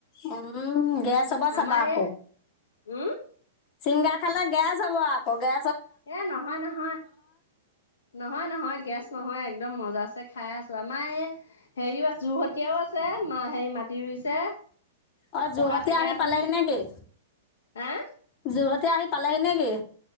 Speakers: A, on the left; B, on the left.
A: উম গেছ হ'ব চবা
B: আমাৰ
A: আকৌ।
B: এই উম।
A: চিংৰা খালে গেছ হব আকৌ গে
B: এ নহয় নহয় নহয় নহয়, গেছ নহয়। একদম মজাছে খাই আছো আমাৰ এই হেৰিও আছে যোৰহতীয়াও আছে। মা হেৰি মাটি ৰুইছে
A: অ' যোহতি
B: পকা থেকেৰাটো
A: আহি পালেহি
B: নিচিনা
A: নেকি
B: হা
A: যোহত তেতিয়া আহি পালেহি নেকি?